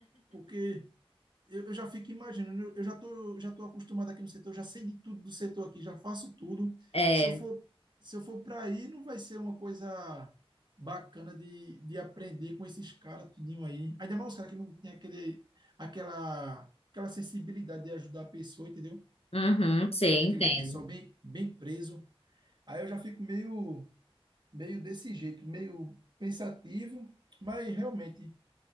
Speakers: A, on the right; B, on the left.
A: Porque eu, eu já fico imaginando, eu, eu já tô, já tô acostumado aqui no setor, eu já sei de tudo do setor aqui, já faço tudo.
B: É,
A: Se eu for, se eu for para aí, não vai ser uma coisa bacana de, de aprender com esses caras tudinho aí. Ainda mais os caras que não tem aquele, aquela, aquela sensibilidade de ajudar a pessoa, entendeu?
B: uhum, sim,
A: Aquele
B: entendo.
A: pessoal bem, bem preso. Aí eu já fico meio, meio desse jeito, meio pensativo, mas realmente